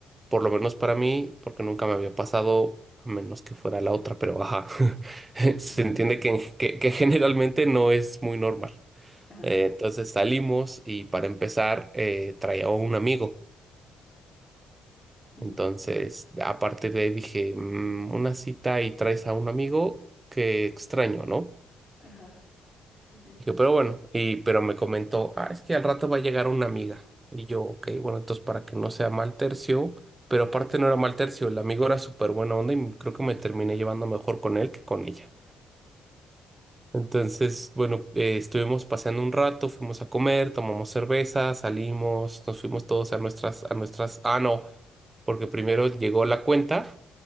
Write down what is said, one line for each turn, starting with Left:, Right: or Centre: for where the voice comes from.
Right: Por lo menos para mí, porque nunca me había pasado, a menos que fuera la otra, pero ajá, <laughs>
Left: <laughs>
Right: se entiende que, que- que generalmente no es muy normal.
Left: Ajá,
Right: Eh, entonces salimos y para empezar eh, traía a un amigo.
Left: ujú,
Right: Entonces, a partir de ahí dije, "Mm, una cita y traes a un amigo, qué extraño, ¿no?
Left: ajá. Sí, sí, sí.
Right: Yo, pero bueno, y, pero me comentó, ah, es que al rato va a llegar una amiga. Y yo, ok, bueno, entonces para que no sea mal tercio, pero aparte no era mal tercio, el amigo era súper buena onda y creo que me terminé llevando mejor con él que con ella. Entonces, bueno, eh, estuvimos paseando un rato, fuimos a comer, tomamos cerveza, salimos, nos fuimos todos a nuestras, a nuestras, ah, no, porque primero llegó la cuenta.